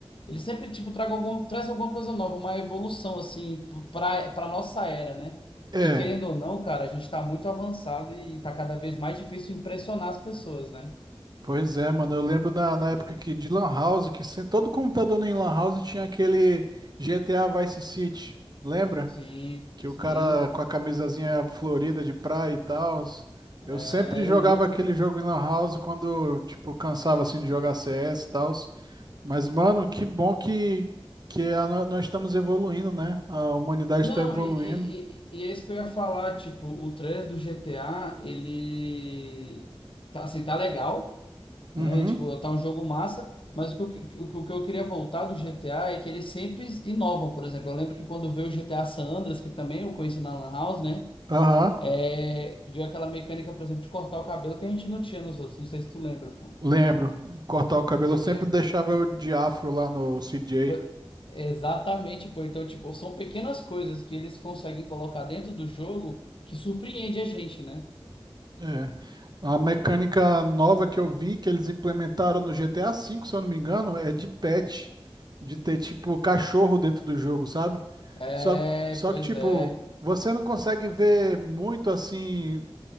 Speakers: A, on the left; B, on the right.
A: Eles sempre, tipo, tragam algum, trazem alguma coisa nova, uma evolução, assim, p- pra, pra nossa era, né?
B: É,
A: Que, querendo ou não, cara, a gente tá muito avançado e tá cada vez mais difícil impressionar as pessoas, né?
B: pois é, mano. Eu lembro na, na época que de Lan House, que se- todo computador em Lan House tinha aquele GTA Vice City. Lembra?
A: Sim,
B: Que
A: sim.
B: o cara com a camisazinha florida de praia e tal.
A: É,
B: Eu sempre jogava
A: eu lembro,
B: aquele
A: pô.
B: jogo em Lan House quando, tipo, cansava assim de jogar CS e tal. Mas, mano, que bom que, que a no- nós estamos evoluindo, né? A humanidade
A: Não,
B: está evoluindo.
A: e, e, e e é isso que eu ia falar, tipo, o trailer do GTA, ele tá, assim, tá legal,
B: Uhum.
A: né? Tipo, tá um jogo massa, mas o que, eu- o, que o que eu queria voltar do GTA é que eles sempre inovam, por exemplo. Eu lembro que quando veio o GTA San Andreas, que também eu conheci na Lan House, né?
B: Aham.
A: É, veio aquela mecânica, por exemplo, de cortar o cabelo que a gente não tinha nos outros. Não sei se tu lembra, pô.
B: Lembro. Cortar o cabelo,
A: Pois
B: eu sempre
A: é.
B: deixava eu de afro lá no CJ.
A: Foi- Exatamente, pô. Então, tipo, são pequenas coisas que eles conseguem colocar dentro do jogo que surpreende a gente, né?
B: É. A mecânica nova que eu vi, que eles implementaram no GTA V, se eu não me engano, é de pet. De ter, tipo, cachorro dentro do jogo, sabe?
A: É,
B: Só, só
A: pois
B: que, tipo,
A: é.
B: você não consegue ver muito assim